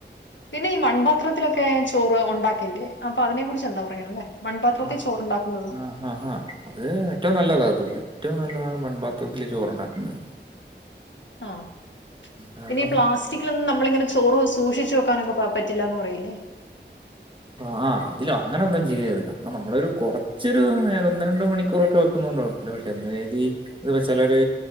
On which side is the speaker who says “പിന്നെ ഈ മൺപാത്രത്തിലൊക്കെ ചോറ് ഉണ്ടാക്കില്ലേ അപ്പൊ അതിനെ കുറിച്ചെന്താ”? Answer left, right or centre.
Left